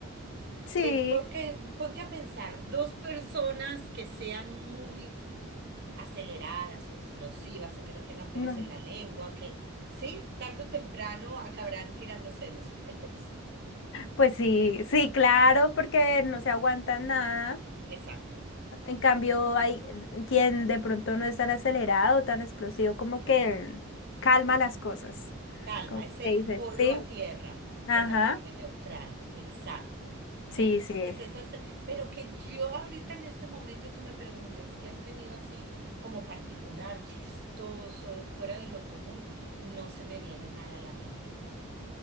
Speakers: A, on the left; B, on the right.
A: Sí.
B: Eh, porque ponte a pensar, dos personas que sean muy aceleradas o explosivas o que no tengan pelos
A: No.
B: en la lengua, que sí, tarde o temprano acabarán tirándose de los <laughs> pelos.
A: Pues sí, sí, claro, porque no se aguantan nada.
B: Exacto.
A: En cambio, hay quien de pronto no es tan acelerado, tan explosivo, como que calma las cosas.
B: Calma,
A: Como que
B: es el
A: dices,
B: polo
A: sí,
B: a tierra,
A: ajá,
B: es la parte neutral, exacto.
A: sí,
B: Entonces,
A: sí.
B: esas, pero que yo ahorita en este momento tú me preguntes, ¿qué has tenido así como particular, chistoso, fuera de lo común? No se me viene nada a la mente.